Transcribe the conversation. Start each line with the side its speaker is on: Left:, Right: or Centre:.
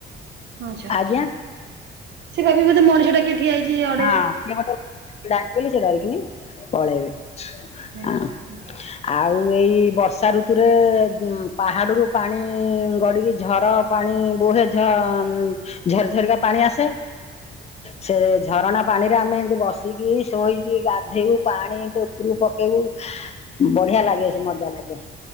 Right: ଆଛା ଆଛା
Left: ଆଜ୍ଞା
Right: ସେ କପି ବୋଧେ ମଣିଷ ଟା କେଠିଆ ହେଇଛି ଆଉ
Left: ହଁଏ ଛିଡ଼ା ହେଇଚି ସେ ଡରିକିନି ପଳେଇବେ।
Right: ଆଚ୍ଛା
Left: ହଁ
Right: ଆଛା।
Left: ଆଉ ଏଇ ବର୍ଷା ଋତୁରେ ପାହାଡ଼ରୁ ପାଣି ଗଡ଼ିକି ଝର ପାଣି ବୋହେଝ ଝରଝରିକା ପାଣି ଆସେ। ସେ ଝରଣା ପାଣିରେ ଆମେ ଏମତି ବସିକି ଶୋଇକି ଗାଧେଇବୁ ପାଣି ଏମିତି ଉପରୁ ପକେଇବୁ। ବଢିଆ ଲାଗେ ସେ ମଜା ଲାଗେ।